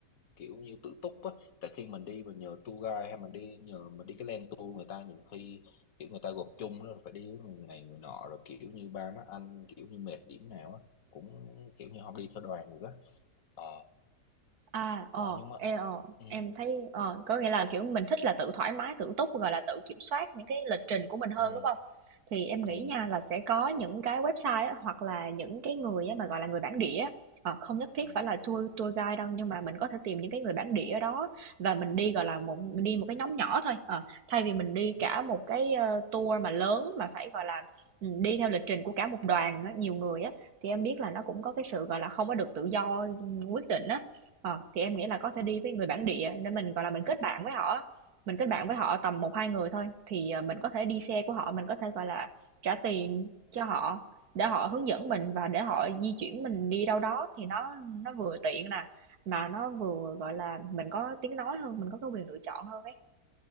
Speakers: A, on the left; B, on the right.
A: kiểu như tự túc á tại khi mình đi mình nhờ tour guide hay mình đi nhờ mình đi cái land tour người ta nhiều khi kiểu người ta gộp chung rồi phải đi với người này người nọ rồi kiểu như ba má anh kiểu như mệt điểm nào á cũng kiểu như không đi theo đoàn nữa ờ
B: À, ờ,
A: ờ nhưng mà
B: em, ờ,
A: ừ,
B: em thấy ờ, có nghĩa là, kiểu, mình thích là tự thoải mái, tự túc, gọi là, tự kiểm soát những cái lịch trình của mình hơn,
A: ừ,
B: đúng không? Thì em
A: ừ,
B: nghĩ nha là sẽ có những cái website á, hoặc là những cái người á mà, gọi là, người bản địa á, ờ, không nhất thiết
A: ừ.
B: phải là tour tour guide đâu, nhưng mà mình có thể tìm những cái người bản địa ở đó và mình đi,
A: ừ,
B: gọi là, một đi một cái nhóm nhỏ thôi, ờ, thay vì mình đi
A: ừ,
B: cả một cái, ơ, tour mà lớn mà phải, gọi là, ừm, đi theo lịch trình của cả một đoàn á, nhiều người á, thì em biết là nó cũng có cái sự, gọi là, không có được tự do, ừm, quyết định á. Ờ, thì em nghĩ là có thể
A: ừ,
B: đi với người bản địa để mình gọi là mình kết bạn với họ mình kết bạn với họ tầm
A: o-
B: một hai người thôi thì ờ, mình có thể đi xe của họ mình có thể gọi là trả tiền cho họ để họ hướng dẫn mình và để họ di chuyển mình đi đâu đó thì nó nó vừa tiện nè mà nó vừa gọi là mình có tiếng nói hơn mình có cái quyền lựa chọn hơn ấy